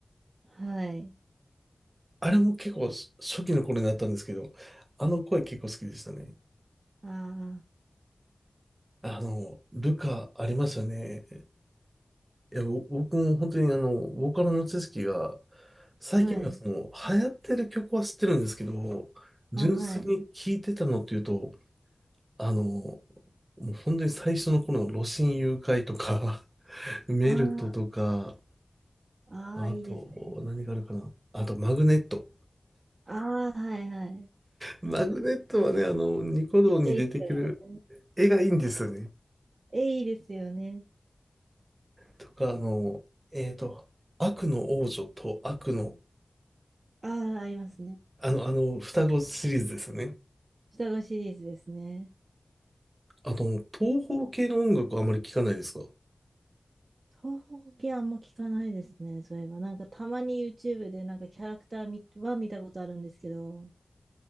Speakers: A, on the right; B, on the right.
A: はい。
B: あれも結構し初期の頃になったんですけど、あの声結構好きでしたね。
A: あ
B: あの、ルカありますよね。いや、ぼ僕も本当にあの、ボーカルの知識が、最近はその、
A: あ、はい。
B: 流行ってる曲は知ってるんですけど、純粋に聴いてたのっていうと、
A: あ、はい。
B: あの、もう本当に最初の頃の露心誘拐とか、<laughs> メルトとか、
A: ああ、ああ、
B: あと、
A: いいですね。
B: 何があるかな。あと、マグネット。
A: ああ、はいはい。
B: マグネットはね、あの、ニコ動に出てくる
A: めっちゃいいっすよね。
B: 絵がいいんですよね。
A: え、いいですよね。
B: とか、あの、えっと、悪の王女と悪の、
A: ああ、ありますね。
B: あの、あの、双子シリーズですよね。
A: 双子シリーズですね。
B: あの、東方系の音楽はあまり聞かないですか
A: 東方系あんま聞かないですね。そういえば、なんかたまに YouTube でなんかキャラクター見は見たことあるんですけど。